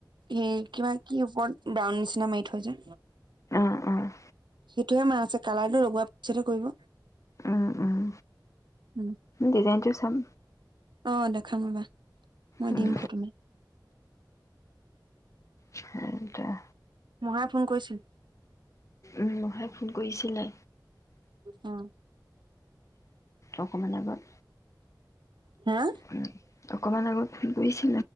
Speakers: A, on the right; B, on the left.
A: এ কিবা কি ওপৰত ব্ৰাউন নিচিনা মাৰি থৈ যে।
B: অ', অ'।
A: সেইটোহে মাৰ আছে কালাৰটো লগোৱাৰ পিছতহে কৰিব।
B: উম, উম
A: উম,
B: ডিজাইনটো থাম
A: অ', দেখাম ৰ'বা। মই
B: উম,
A: দিম ফটোমে <inaudible>
B: সেইতয়া
A: মহাই ফোন কৰিছিল।
B: উম, মহাই। ফোন কৰিছিলে।
A: অহ।
B: অকমান আগত
A: <inaudible> হা?
B: উম অকমান <unintelligible>